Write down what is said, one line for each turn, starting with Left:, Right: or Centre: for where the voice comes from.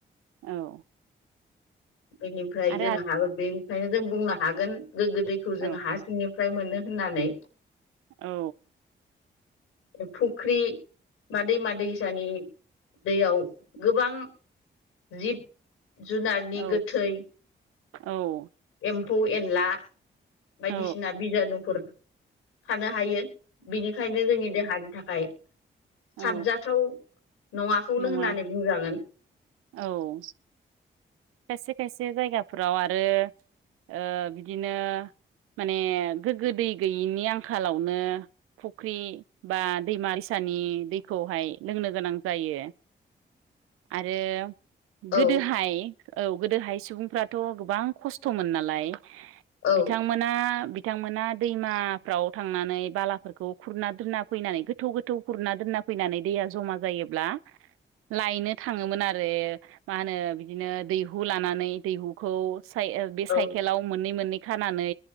Right: औ।
Left: बेनिफ्राय
Right: आरो
Left: जोंहाबो बेनिखायनो जों बुंनो हागोन गोग्गो दैखौ
Right: औ
Left: जों हा सिंनि फ्राय मोनो होननानै।
Right: औ।
Left: फुख्रि बा दैमा दैसानि दैयाव गोबां जिब जुनारनि
Right: औ
Left: गोथै
Right: औ।
Left: एम्फौ एनला बायदिसिना
Right: औ
Left: बिजानुफोर थानो हायो बिनिखायनो जोंनि देहानि थाखाय
Right: औ
Left: साबजाथाव नङाखौनो
Right: नङा
Left: होननानै बुंजागोन।
Right: औ खायसे खायसे जायगाफोराव आरो ओ बिदिनो माने गोग्गो दै गैयिनि आंखालावनो फुख्रि बा दैमा दैसा नि दैखौहाय लोंनो गोनां जायो। आरो
Left: औ
Right: गोदोहाय औ गोदोहाय सुबुंफ्राथ' गोबां खस्थ'मोन नालाय
Left: औ
Right: बिथांमोना बिथांमोना दैमाफ्राव थांनानै बालाफोरखौ खुरना दुरना फैनानै गोथौ गोथौ खुरना दोनना फैनानै दैया जमा जायोब्ला लायनो थाङोमोन आरो मा होनो बिदिनो दैहु लानानै दैहुखौ साइ बे
Left: औ
Right: साइकेलाव मोननै मोननै खानानै